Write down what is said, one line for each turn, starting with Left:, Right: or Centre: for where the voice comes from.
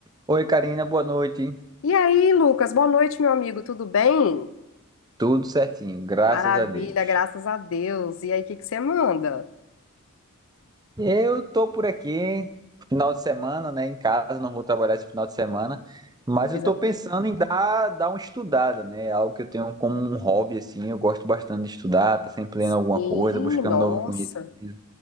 Right: Oi, Karina, boa noite.
Left: E aí, Lucas, boa noite, meu amigo, tudo bem?
Right: Tudo certinho, graças
Left: Maravilha,
Right: a Deus.
Left: graças a Deus. E aí, o que que você manda?
Right: Eu tô por aqui, final de semana, né, em casa, não vou trabalhar esse final de semana, mas
Left: Coisa
Right: eu tô
Left: boa.
Right: pensando em dar, dar uma estudada, né? Algo que eu tenho como um hobby, assim, eu gosto bastante de estudar, tá sempre
Left: Sim,
Right: lendo alguma coisa, buscando
Left: nossa.
Right: novo conhecimento.